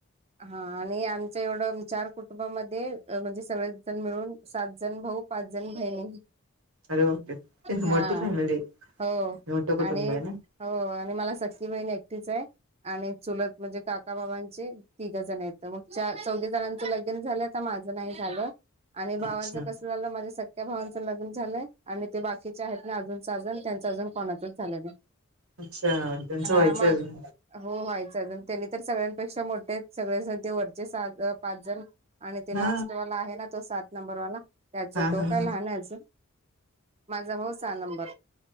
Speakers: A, on the right; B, on the right.
A: हा आणि आमच्या एवढं चार कुटुंबामध्ये म्हणजे सगळेच जण मिळून सात जण भाऊ पाच जणी बहिणी
B: अरे बापरे!
A: हा
B: मोठी फॅमिली
A: हो
B: मोठं कुटुंब
A: आणि
B: आहे ना
A: हो आणि मला सख्खी बहिण एकटीच आहे आणि चुलत म्हणजे काकाबाबां ते तिघ जण आहेत मग चौघे जणांचं लग्न झालं आता माझं नाही झालं आणि भावांचं
B: अच्छा
A: कस झालं माझ्या स संख्या भावांचं लग्न झालंय आणि ते बाकीचे आहेत ना अजूनच सहा जण त्यांचं अजून कोणाचच झालं नाही
B: अच्छा त्यांचं
A: हा
B: व्हायचं
A: माझ
B: अजून
A: हो व्हायचं अजुन त्यांनी तर सगळ्यांपेक्षा मोठे सगळे जण ते वरचे सात, पाच जण, आणि ते
B: हा
A: लास्ट वाला आहे ना तो सात नंबर वाला त्याच
B: हा
A: तो
B: हा
A: काय
B: हा
A: लहान आहे अजून माझा भाऊ सहा नंबर